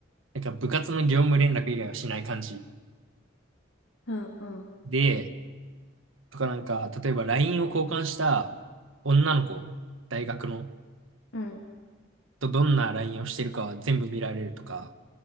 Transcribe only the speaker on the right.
なんか部活の業務連絡以外はしない感じ
で、とかなんか、例えば LINE を交換した女の子、大学の、
とどんな LINE をしてるかは全部見られるとか、